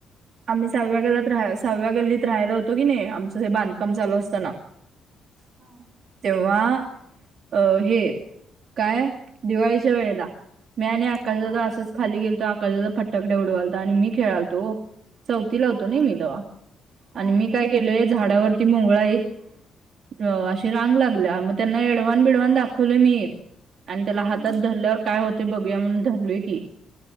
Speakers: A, on the right; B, on the right.
A: आम्ही सहाव्या गल्लात राहा सहाव्या गल्लीत राहायला होतो की नाही आमचं हे बांधकाम चालू असतना
B: हा
A: तेव्हा अ हे काय दिवाळीच्या वेळेला मी आणि आकाश
B: हा
A: दादा असंच खाली गेलतो आकाश दादा फटकडे उडवालत आणि मी खेळालतो हो. चौथीला
B: हा
A: होतो नई
B: हा
A: मी तेव्हा
B: हा
A: आणि
B: हा
A: मी काय केलय झाडावरती मोंगळा येत अ अश रांग लागल्या मग त्यांना एडवान बिडवान दाखवले मी आणि त्याला हातात
B: हम्म
A: धरल्यावर काय होते बघूया म्हण धरलोय की